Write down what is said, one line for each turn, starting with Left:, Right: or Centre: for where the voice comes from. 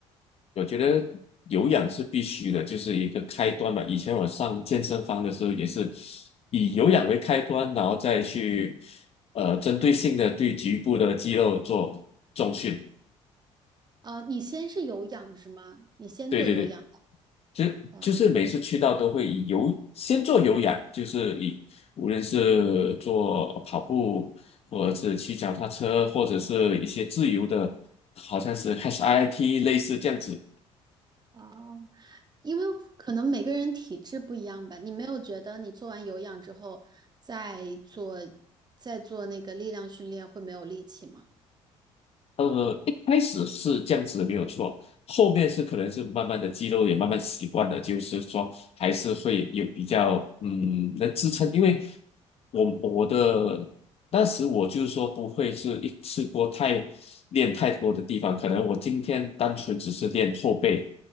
Left: 我觉得有氧是必须的，就是一个开端嘛。以前我上健身房的时候也是以有氧为开端，然后再去呃针对性的对局部的肌肉做重训。
Right: 啊、你先是有氧是吗？你先做有氧。
Left: 对对对，就就是每次去到都会以有先做有氧，
Right: 啊
Left: 就是以无论是做跑步，或者是骑脚踏车，或者是一些自由的，好像是 HIIT 类似这样子。
Right: 哦，因为可能每个人体质不一样吧，你没有觉得你做完有氧之后再做再做那个力量训练会没有力气吗？
Left: 呃，一开始是这样子的，没有错。后面是可能是慢慢的肌肉也慢慢习惯了，就是说还是会有比较嗯能支撑，因为我我的当时我就是说不会是一次过太练太多的地方，可能我今天单纯只是练后背，